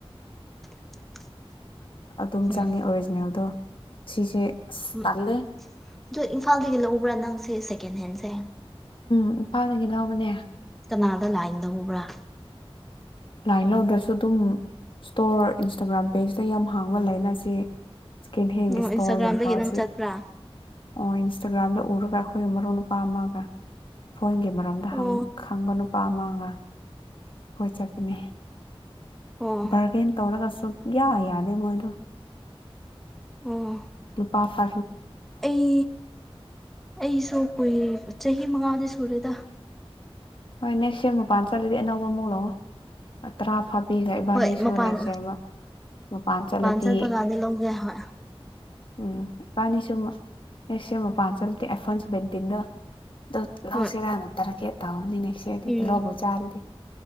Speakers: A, in the centre; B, on the left (about 55°).
A: <inaudible> <unintelligible>
B: ꯑꯗꯨꯝ
A: ꯎꯝ
B: ꯆꯪꯉꯦ ꯑꯣꯔꯤꯖꯤꯅꯦꯜꯗꯣ ꯁꯤꯁꯦ ꯑꯁ
A: ꯎꯝ
B: ꯇꯜꯂꯦ
A: ꯑꯗꯨ ꯏꯝꯐꯥꯜꯗꯒꯤ ꯂꯧꯕ꯭ꯔꯥ ꯅꯪꯁꯦ ꯁꯦꯀꯦꯟ ꯍꯦꯟꯁꯦ
B: ꯅꯨꯄꯥꯗꯒꯤ ꯂꯧꯕꯅꯦ
A: ꯀꯅꯥꯗ ꯂꯥꯛꯟꯗꯧꯧꯕ꯭ꯔꯥ
B: ꯂꯥꯏꯟ ꯂꯗ꯭ꯔꯁꯨꯣ ꯑꯗꯨꯝ ꯏꯁꯇꯣꯔ ꯏꯟꯁꯇꯥꯒ꯭ꯔꯥꯝ ꯄꯦꯖꯇ ꯌꯥꯝ ꯍꯥꯡꯕ ꯂꯩꯅ ꯁꯤ ꯀꯦꯟꯍꯦꯟꯒꯤ
A: ꯑꯣ
B: ꯏꯁ꯭ꯇꯣꯔ
A: ꯏꯟꯁꯇꯥꯒ꯭ꯔꯥꯝꯗꯒꯤ
B: ꯌꯥꯝ ꯄꯥꯖꯩ
A: ꯅꯪ ꯆꯠꯄ꯭ꯔꯥ
B: ꯑꯣ ꯏꯟꯁꯇꯥꯒ꯭ꯔꯥꯝꯗ ꯎꯔꯒ ꯑꯩꯈꯣꯏ ꯃꯔꯨꯞ ꯅꯨꯨꯄꯥ ꯑꯃꯒ ꯐꯣꯏꯣꯟꯒꯤ ꯃꯔꯝꯗ
A: ꯑꯣ
B: ꯈꯪꯕ ꯅꯨꯄꯥ ꯑꯃꯒ ꯑꯩꯣꯏ ꯆꯠꯄꯅꯤ
A: ꯑꯣ
B: ꯕꯥꯔꯒꯦꯟ ꯇꯧꯔꯒ ꯁꯨꯛꯌꯥ ꯌꯥꯅꯤ ꯃꯣꯏꯗꯣ
A: ꯑꯣ
B: ꯑꯗꯨ ꯄꯥꯄꯥ
A: ꯑꯩ ꯑꯩꯁꯨ ꯀꯨꯏ ꯆꯍꯤ ꯃꯉꯥꯗꯤ ꯁꯨꯔꯦꯗ
B: ꯍꯣꯏ ꯅꯦꯛꯁ ꯌꯔ ꯃꯄꯥꯟ ꯆꯠꯂꯗꯤ ꯑꯅꯧꯕ ꯑꯃꯨꯛ ꯂꯧꯉ ꯇꯔꯥ ꯐꯥ ꯄꯤꯈ ꯏꯕꯥꯅꯤꯁꯨ
A: ꯍꯣꯏ ꯃꯄꯥꯟ
B: ꯅꯦꯛꯁ ꯏꯌꯥꯔ ꯑꯃ ꯃꯄꯥꯟ ꯆꯠꯂꯗꯤ
A: ꯆꯠꯄ ꯀꯥꯟꯗ ꯂꯧꯒꯦ ꯍꯣꯏ
B: ꯎꯝ ꯀꯅꯤ ꯁꯨꯝꯃ ꯑꯦꯁ ꯃ ꯄꯥꯟꯁꯜ ꯑꯦꯐꯣꯟꯁ ꯦꯟ ꯇꯤꯟꯗꯣ ꯂꯧꯥꯎꯁꯤꯦꯔꯥ
A: ꯍꯣꯏ
B: ꯅꯅ ꯇꯔ ꯀꯦ ꯇꯕꯅꯤꯅꯦ ꯄꯛꯁꯔꯗꯤ
A: ꯎꯝ
B: ꯄꯨꯂꯞꯕꯨ ꯆꯥꯔꯨꯗꯤ